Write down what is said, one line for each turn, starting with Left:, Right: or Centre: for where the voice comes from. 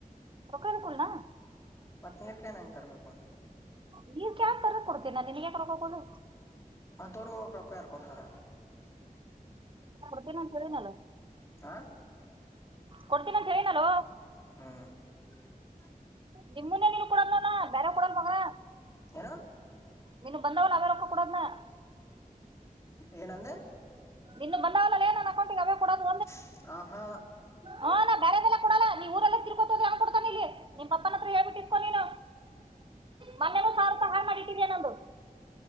Right: ರೊಕ್ಕ ಕೊಡ್ಲಾ
Left: ಮತ್ತ್ ನೀರ್ ಕ್ಯಾನ್ ಹೆಂಗ ತರ್ಬೇಕು.
Right: ನೀರ್ ಕ್ಯಾನ್ ತರ ಕೊಡ್ತೀನಾ ನಿನಗ್ ಯಾಕ್ ರೊಕ್ಕಾಡದ.
Left: ಮತ್ತ ಊರರ್ಗೋಕ ರೊಕ್ಕಾ ಯಾರ ಕೊಡ್ತಾರ.
Right: ಕೊಡತಿನಂತ ಹೇಳಿನಲ್ಲ.
Left: ಆ
Right: ಕೊಡ್ತೀನಂತ ಏಳಿನಲ್ಲೋ.
Left: ಹು ತಿಲ್ಲಾ.
Right: ನಿಮ್ಮನ್ನ ನೀನಗ ಕೊಡದ ನಾನು ಬೇರೆವ ಕೊಡಲ್ ಮಗನ.
Left: ಏನು.
Right: ನೀನಗ ಬಂದಾವಲ್ಲ ಅವೆರೊಕ್ಕಾ ಕ್ಕೂಡೋದನಾನ್.
Left: ಏನಂದೆ.
Right: ನಿನಗ ಬಂದಾವಲ್ಲಲ್ಲೇ ನನ್ನ ಅಕೌಂಟ್ಗೆ ಅವೇಕೊಡೋದು.
Left: ಪ್ಚ್ ಅ ಹ.
Right: ಹು ನಾ ಬ್ಯಾರೆದೆಲ್ಲಾ ಕೊಡಲ್ಲಾ ನೀ ಊರೆಲ್ಲಾ ತಿರ್ಕೋತ ಹೋದ್ರ ಯಾವ್ ಕೊಡ್ತಾನ ಇಲ್ಲಿ ನಿಮ್ಮ ಪಪ್ಪನ ಹತ್ರ ಹೇಳ್ಬಟ್ಟ ಇಸ್ಕೂ ನೀನು. ಮೊನ್ನೆನು ಸಾವರೊಪಾಯಿ ಹಾಳ್ ಮಾಡಿಟ್ಟಿದೀ ನಂದು.